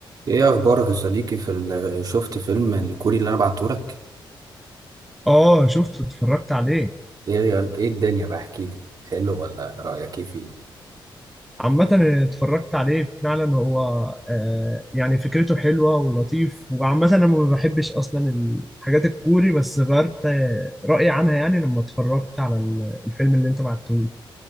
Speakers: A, on the right; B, in the centre.
A: ايه اخبارك يا صديقي في ال... شفت فيلم الكوري اللي انا بعتهولك
B: اه شفته اتفرجت عليه
A: ايه ايه الدنيا بقى احكي لي حلو ولا رايك ايه فيه
B: عامة اتفرجت عليه فعلا هو آه يعني فكرته حلوة ولطيف وعامة انا ما بحبش اصلا الحاجات الكوري بس غيرت آه، رأيي عنها يعني لما اتفرجت على ال- الفيلم اللي انت بعته لي